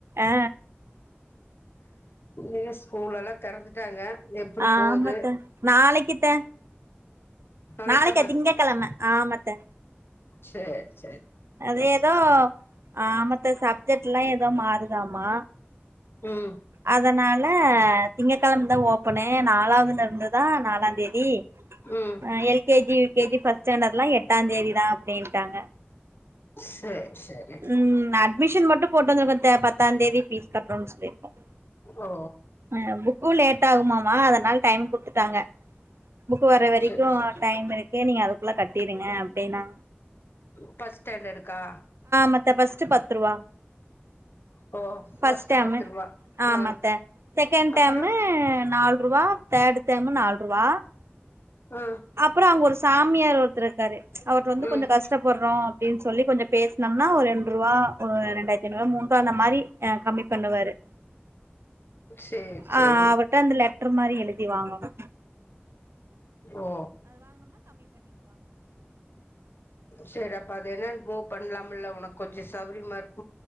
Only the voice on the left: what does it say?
இ ஸ்கூல் எல்லா தெறந்துட்டாங்க எப்டி
போகுது
நாளைக்கு
தா
சேர் சேர்
ம்
ம்
சேரி சேரி
ஓ
சேரி சேரி
ஃபஸ்ட் ஸ்டாண்டர்டுக்கா
ஓ
ஃபஸ்ட்டு
பத்து ரூபா
ஆ
அப்பறோ
ஆ
ம்
சேரி சேரி
ஓ சேரி அப்பா அது என்னனு போ பண்ணலாம்ல உனக்கு கொஞ்சம் சௌரியமா இருக்